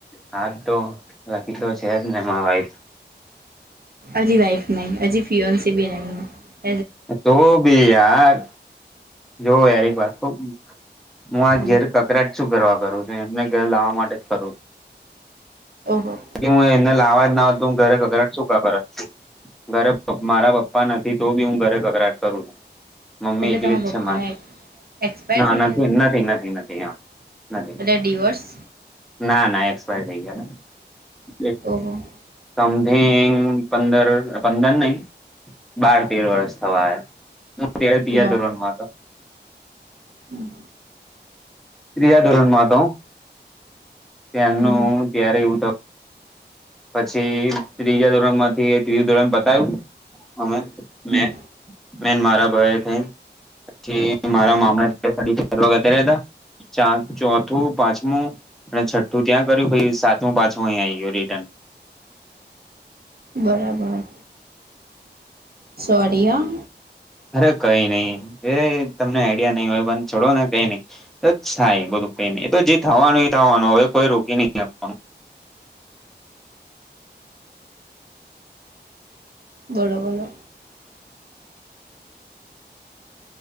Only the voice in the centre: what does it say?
હા, એ તો લખી તો છે જ ને, મમ્મી. <unintelligible>
તો પણ યાર જોવ યાર વારંવાર. હું આ
ઘેર કકરાટ શું કરવા કરું છું એમને ઘર લાવવા માટે જ કરું છું.
હું એને લાવવા જ નથી ઘરે ઘરાકા કરું. ઘરે મારા પપ્પા નથી તો પણ હું ઘરે કકળાટ કરું છું. મમ્મી
એકલી
જ છે,
મારે
ના
નથી નથી નથી નથી.
ના ના એક્સપાયર થઈ ગયા ને.
સમથિંગ પંદર-પંદર નહીં, બાર-તેર વર્ષ. સવાય હું ત્યાં
ધોરણમાં તો.
ત્રીજા ધોરણમાં તો ત્યાંનું,
ત્યારે એવું, પછી ત્રીજા ધોરણમાંથી ત્રીજું ધોરણ ભણાયું અમે. મેં,
મેં ન મારા ભાઈ થઈ. પછી મારા મામા <unintelligible> ફરવા જતા રહતા. ચોથું, પાંચમું. અને છઠ્ઠું ત્યાં કર્યું, પછી સાતમું, પાંચમું અહીં આવી ગયો, રિટર્ન.
અરે, કંઈ નહીં. એ તમને આઈડિયા નહીં હોય, પણ છોડો ને, કંઈ નહીં. તોય બધું પેલું તો જે થવાનું, થવાનું. હવે કોઈ રોકી નહીં, હખતુ.